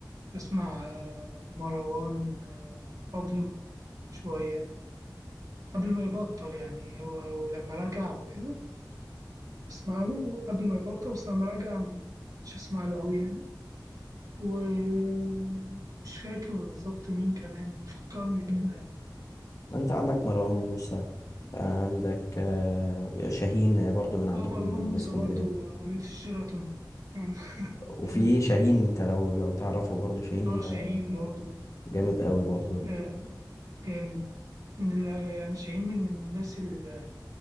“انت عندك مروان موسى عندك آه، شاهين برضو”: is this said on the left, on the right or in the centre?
Left